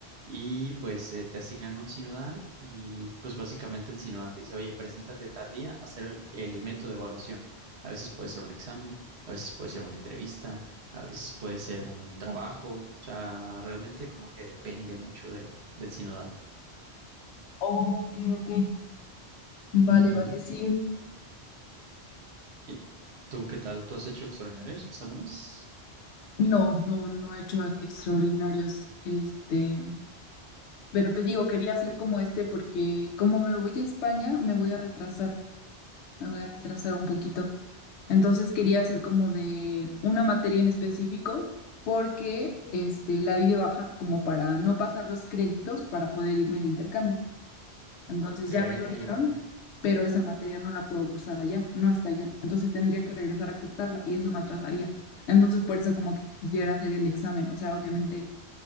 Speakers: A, on the right; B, on the left.
A: y pues eh, te asignan un sinodal y pues básicamente el sinodal te dice, oye, preséntate tal día a hacer el el método de evaluación. A veces puede ser un examen, a veces puede ser una entrevista a veces puede ser un trabajo, o sea, realmente como que depende mucho de, del sinodal.
B: Oh, Ok, ok. Vale,
A: Ujú.
B: vale, sí.
A: ¿Y tú qué tal? ¿Tú has hecho extraordinarios exámenes?
B: No, no, no he hecho extraordinarios. Este. Pero te digo, quería hacer como este porque como me voy a España, me voy a retrasar, me voy a retrasar un poquito. Entonces quería hacer como de una materia en específico porque este, la di de baja como para no pasar los créditos para poder irme de intercambio. Entonces
A: Ok,
B: ya me lo dieron,
A: ok.
B: pero esa materia no la puedo cursar allá, no está allá. Entonces tendría que regresar a cursarla y eso me atrasaría. Entonces por eso como que quisiera hacer el examen, o sea, obviamente